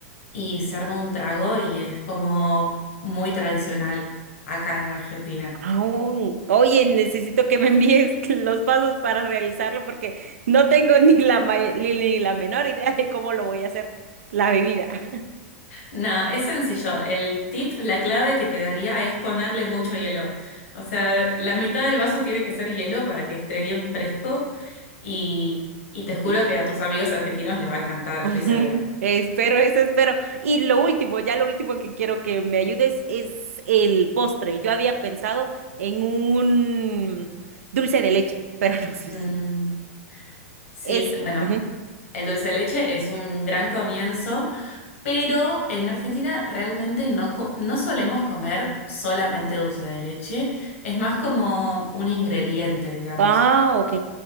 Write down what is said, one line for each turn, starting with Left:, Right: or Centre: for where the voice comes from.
Left: y se arma un trago y es como muy tradicional acá en Argentina.
Right: Aún. Oye, necesito que me envíes <laughs> los pasos para realizarlo porque no tengo ni la, ma- ni, ni la menor idea de cómo lo voy a hacer, la bebida. <laughs>
Left: No, es sencillo. El tip, la clave que te daría es ponerle mucho hielo. O sea, la mitad del vaso tiene que ser hielo para que esté bien fresco y, y te juro
Right: Y-
Left: que a tus amigos argentinos les va a encantar,
Right: <laughs>
Left: estoy segura.
Right: Espero, eso espero. Y lo último, ya lo último que quiero que me ayudes es el postre. Yo había pensado en un dulce de leche, <laughs> pero no sé
Left: Mm,
Right: si
Left: sí,
Right: es...
Left: bueno.
Right: ujú.
Left: El dulce de leche es un gran comienzo Pero en Argentina realmente no, co- no solemos comer solamente dulce de leche, es más como un ingrediente, digamos.
Right: Ah, ok.